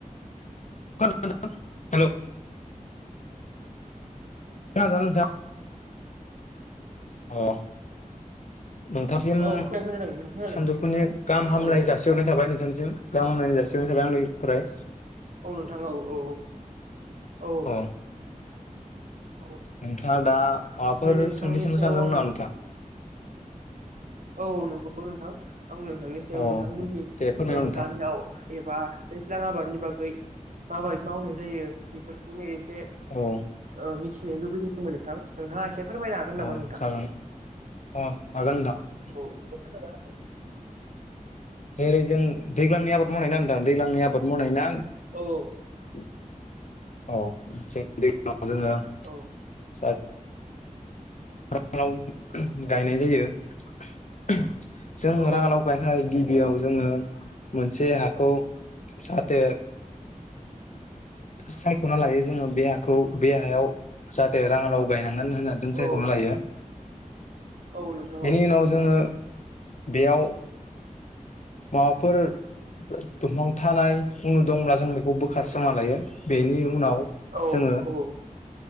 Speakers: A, on the left; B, on the right.
A: <unintelligible> हेलौ खोनादोंना नोंथां? अ नोंथांसिम
B: औ खोनादों खोनादों नोंथां खोनादों
A: सानदोफुनि गाहाम हामलाय
B: औ
A: जासिहरनाय थाबाय नोंथांनिसिम गाहाम हामलायनाय जासि सिनाय थाबाय आंनिफ्राय।
B: औ नोंथां औ औ औ।
A: अ
B: औ
A: नोंथाङा दा माबाफोर
B: ओमफ्राय नोंथांनि
A: सोंनो सोंनो
B: सायाव
A: सानदोंमोन
B: आं
A: नामा नोंथां?
B: औ नंगौ नोंथां आं नोंथांनि सायाव
A: अ
B: नोंथांमोननि
A: दे फोरमायहर
B: ओ
A: नोंथां
B: गामियाव एबा दैज्लां आबादनि आबादनि बागै मा बादि मावनाय जायो बेफोरखौनो एस से
A: औ
B: ओ मिथिनो लुबैदोंमोनमोन नोंथां नोंथाङा एसे फोरमायनो हागोन नामा
A: औ
B: नोंथां
A: जागोन अ हागोन नोंथां।
B: औ एसे फोरमायना होलाय।
A: जेरै जों दैग्लांनि आबाद मावनाय ना नोंथां दैग्लांनि आबाद मावनाय ना
B: औ
A: अ जों जों <unintelligible>
B: औ
A: <unintelligible> गायनाय जायो <inaudible> जों रांडा
B: औ
A: लावगायनो थाखाय गिबियाव जोङो मोनसे हाखौ जाहाथे
B: <inaudible>
A: सायख'ना लायो जोङो बे हाखौ बे हायाव जाहाथे रांङा लाव गायनान थोन होननानै जों सायख'नो
B: औ
A: लायो
B: औ नोंथां
A: बेनि
B: औ
A: उनाव जोङो बेयाव माबाफोर दंफां थानाय उनु दंब्ला जों बेखौ बोखारस्रांना लायो। बेनि उनाव
B: औ
A: जोङो
B: औ